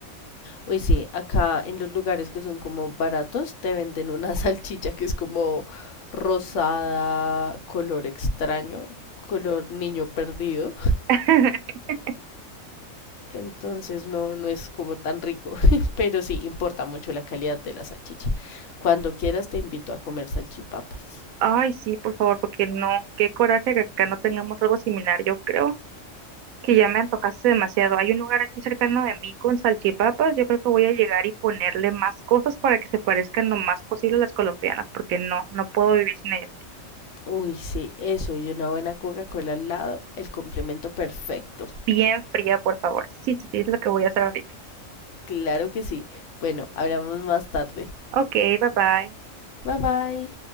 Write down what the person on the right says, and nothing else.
<laughs>
Ay, sí, por favor, porque no, qué coraje que acá no tengamos algo similar, yo creo. que ya me antojaste demasiado. Hay un lugar aquí cercano de mí con salchipapas. Yo creo que voy a llegar y ponerle más cosas para que se parezcan lo más posible a las colombianas, porque no, no puedo vivir sin ellas.
Bien fría, por favor. Sí, sí, sí, es lo que voy a hacer ahorita.
Ok, bye bye.